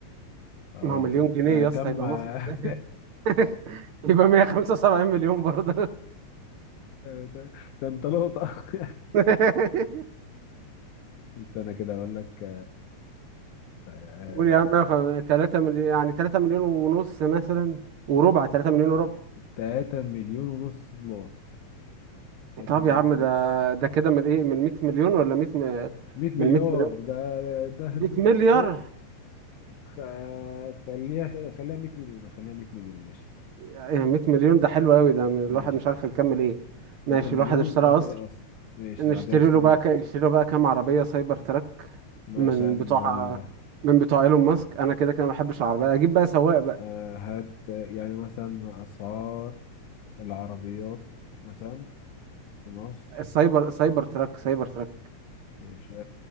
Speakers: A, on the left; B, on the right.
A: اقول
B: ما هو مليون
A: لك
B: جنيه
A: آه
B: يا
A: كم
B: اسطى يبقى
A: آه،
B: مصري ازاي
A: <laughs>
B: <laughs> يبقى 175 مليون برضه
A: ده, ده انت لقطة <laughs>
B: <laughs>
A: استنى كده اقول لك آه
B: قول يا عم يا 3 مليون يعني 3 مليون ونص مثلا وربع 3 مليون وربع
A: 3 مليون ونص دولار 3
B: طب
A: مليون
B: يا عم ده
A: ونص
B: ده كده من ايه من 100 مليون ولا 100 م...
A: 100 مليار
B: من 100 مليون
A: ده ده ده, ده,
B: 100 مليار
A: ده ليه؟ خ- خليها خليها 100 مليون خليها 100 مليون ماشي
B: ايه 100 مليون ده حلو قوي ده من
A: ماشي
B: الواحد مش عارف يكمل ايه ماشي
A: 3 مليون
B: الواحد اشترى
A: ده كده
B: قصر
A: قصر ماشي
B: نشتري
A: هعدي اشتري
B: له بقى ك... نشتري له بقى كام عربية سايبر تراك
A: مثلا
B: من بتوع
A: آه،
B: من بتوع ايلون ماسك انا كده كده ما بحبش العربية اجيب بقى سواق بقى
A: آه، هات آه، يعني مثلا أسعار العربيات مثلا في مصر
B: السايبر سايبر تراك سايبر تراك
A: مش آه،